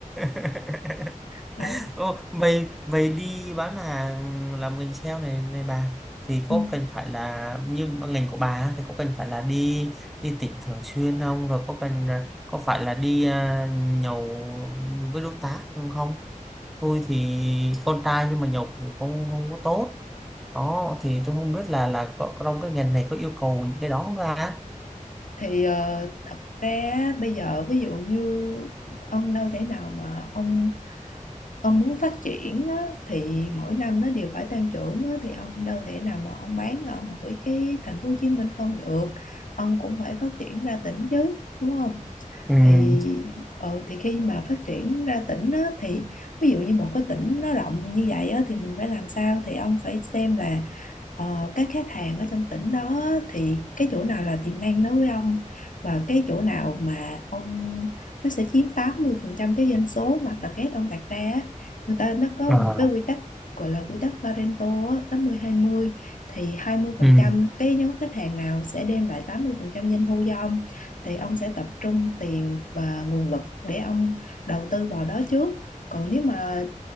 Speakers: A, in the centre; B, on the left.
A: <laughs>
B: Ờ,
A: Ồ, vậy vậy đi bán hàng làm ngành sale này này bà thì
B: ừ.
A: có cần phải là như ngành của bà á, thì có cần phải là đi đi tỉnh thường xuyên không rồi có cần à, có phải là đi à, nhậu với đối tác không tôi thì con trai nhưng mà nhậu cũng không không có tốt đó thì tôi không biết là là có, có trong cái ngành này có yêu cầu những cái đó không ra
B: thì ờ, thật ra á, bây giờ ví dụ như ông đâu thể nào mà ông ông muốn phát triển á, thì mỗi năm nó đều phải tăng trưởng á, thì ông đâu thể nào mà ông bán ở mỗi cái thành phố Hồ Chí Minh không được ông cũng phải phát triển ra tỉnh chứ đúng không
A: ừ,
B: thì ừ, thì khi mà phát triển ra tỉnh á, thì ví dụ như một cái tỉnh nó rộng như vậy á, thì mình phải làm sao thì ông phải xem là ờ, các khách hàng ở trong tỉnh đó á, thì cái chỗ nào là tiềm năng đối với ông và cái chỗ nào mà ông nó sẽ chiếm 80% cái doanh số mà target ông đặt ra á. người ta nó có
A: à,
B: một cái quy tắc gọi là quy tắc Pareto á, tám mươi hai mươi thì hai mươi phần
A: ừ.
B: trăm cái nhóm khách hàng nào sẽ đem lại 80% doanh thu cho ông thì ông sẽ tập trung tiền và nguồn lực để ông đầu tư vào đó trước còn nếu mà